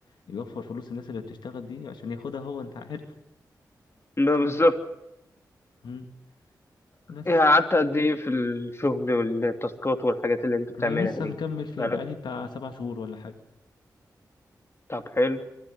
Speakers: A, on the left (about 80°); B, on the left (about 35°).
A: يوفر فلوس الناس اللي بتشتغل دي عشان ياخدها هو انت عارف
B: ده بالظبط
A: مم. بس
B: إيه، قعدت قد ايه في الشغل والتاسكات والحاجات اللي انت بتعملها
A: انا لسه
B: دي
A: مكمل فيه
B: بقالك
A: بقالي بتاع سبع شهور ولا حاجه
B: طب حلو